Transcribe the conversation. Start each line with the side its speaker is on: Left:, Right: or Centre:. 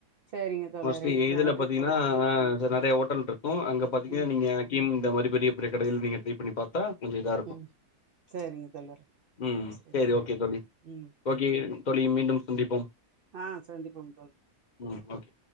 Right: சேரிங்க தோழரே
Left: மோஸ்ட்லி இதுல
Right: நன்றி
Left: பாத்தீங்கன்னா
Right: தோழர்
Left: இங்க நிறைய ஹோட்டல் இருக்கு அங்க பாத்தீங்கன்னா
Right: ம்
Left: நீங்க கீ மாதிர பெரிய பெரிய கடைையில் நீங்க ட்ரை பண்ணி பாரு கொஞ்சம் இதா இருக்கும்
Right: ம் சேரிங்க தோழரே
Left: ம்
Right: சேரி
Left: சரி ஓகே தோழி
Right: ம் ம்.
Left: ஓகே தோழி மீண்டும் சந்திப்போம்
Right: ஆ சந்திப்போம் தோழரே
Left: ம் ஆ ஓகே